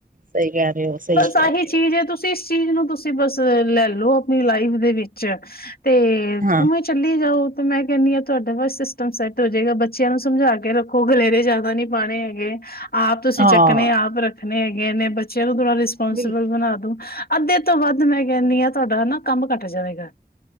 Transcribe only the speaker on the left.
ਬਸ
ਆਹੀ
ਚੀਜ਼
ਐ ਤੁਸੀਂ ਜਿਸ ਚੀਜ਼ ਨੂੰ ਤੁਸੀਂ ਬਸ ਲੈਲੋ ਅਪਨੀ ਲਾਈਫ ਦੇ ਵਿੱਚ ਤੇ
ਉਵੇਂ ਚੱਲੀ ਜਾਓ ਤੇ ਮੈਂ ਕੈਨੀ ਆ ਤੁਆਡਾ ਬਸ ਸਿਸਟਮ ਸੈੱਟ ਹੋ ਜੇਗਾ ਬੱਚੇਆਂ ਨੂੰ ਸਮਝਾ ਕੇ ਰੱਖ ਖੋ ਖਲੇਰੇ ਜਾਦਾ ਨੀ ਪਾਣੇ ਹੈਗੇ। ਆਪ ਤੁਸੀਂ
ਚੱਕਣੇ, ਆਪ ਰੱਖਣੇ ਹੈਗੇ ਨੇੇ ਬੱਚੇਆਂ ਨੂੰ ਥੋੜ੍ਹਾ ਰਿਸਪੋਂਸੀਬਲ
ਬਨਾ ਦੋ। ਅੱਧੇ ਤੋਂ ਵੱਧ ਮੈਂ ਕੈਨੀ ਆ ਤੁਆਡਾ ਨਾ ਕੰਮ ਘੱਟ ਜਾਵੇਗਾ।